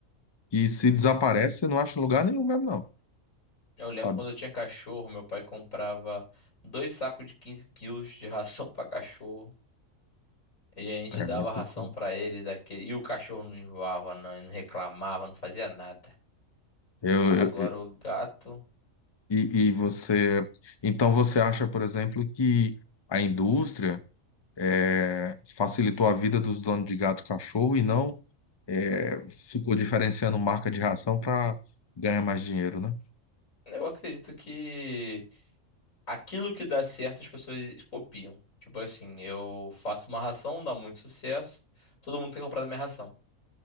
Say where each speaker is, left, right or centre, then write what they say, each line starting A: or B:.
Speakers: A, on the left; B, on the left.
A: E se desaparece, você não acha em lugar nenhum mesmo, não,
B: Eu lembro
A: sabe?
B: quando eu tinha cachorro, meu pai comprava dois sacos de 15 quilos de ração pra cachorro. E a gente dava
A: É muita
B: ração
A: coisa.
B: pra ele daquele. E o cachorro não enjoava, não, não reclamava, não fazia nada.
A: Eu,
B: Agora o gato.
A: E, e você, então você acha, por exemplo, que a indústria é, facilitou a vida dos donos de gato e cachorro e não é, ficou diferenciando marca de ração para ganhar mais dinheiro, né?
B: Eu acredito que aquilo que dá certo as pessoas copiam. Tipo assim, eu faço uma ração, dá muito sucesso, todo mundo tem comprado minha ração.